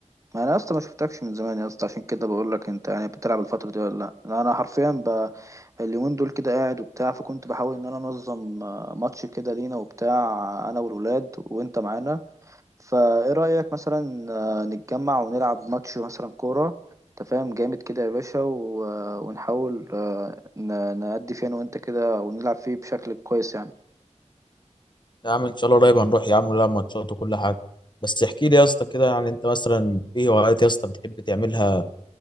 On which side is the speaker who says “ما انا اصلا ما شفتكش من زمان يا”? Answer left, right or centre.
Right